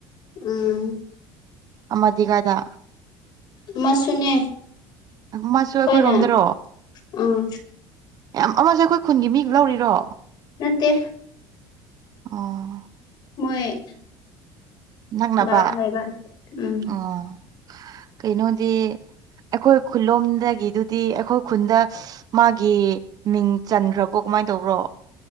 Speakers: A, on the left (about 50°); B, on the right (about 40°).
A: ꯎꯝ
B: ꯑꯃꯗꯤ ꯀꯥꯏꯗ?
A: ꯑꯃꯁꯨꯅꯦ
B: ꯃꯥꯁꯨ
A: ꯑꯩꯈꯣꯏꯅ
B: ꯑꯩꯈꯣꯏꯔꯣꯝꯗꯔꯣ?
A: ꯎꯝ
B: ꯌꯥꯝ ꯑꯃꯁꯨ ꯑꯩꯈꯣꯏ ꯈꯨꯟꯒꯤ ꯃꯤꯅ ꯂꯧꯔꯤꯔꯣ?
A: ꯅꯠꯇꯦ
B: ꯑꯣ
A: ꯃꯣꯏ
B: ꯅꯛꯅꯕ
A: ꯚꯔꯥ ꯂꯩꯕ ꯎꯝ
B: ꯑꯣ ꯀꯩꯅꯣꯗꯤ ꯑꯩꯈꯣꯏ ꯈꯨꯜꯂꯣꯝꯗꯒꯤꯗꯨꯗꯤ ꯑꯩꯈꯣꯏ ꯈꯨꯟꯗ ꯃꯥꯒꯤ ꯃꯤꯡ ꯆꯟꯈ꯭ꯔꯕꯣ ꯀꯃꯥꯏ ꯇꯧꯕ꯭ꯔꯣ?